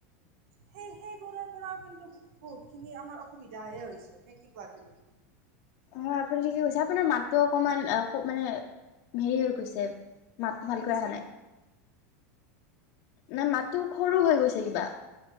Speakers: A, on the right; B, on the left.
A: সেই সেইবোৰৰ পৰাও কিন্তু বহুত খিনি আমাৰ অসুবিধাহে হৈছে নে কি কোৱা তুমি
B: অ আপুনি ঠিকে কৈছে আপোনাৰ মাত অকমান ক মানে হেৰি হৈ গৈছে মাতটো ভালকৈ
A: শুনিছানে
B: অহা নাই নাই মাতটো সৰু হৈ গৈছে কিবা।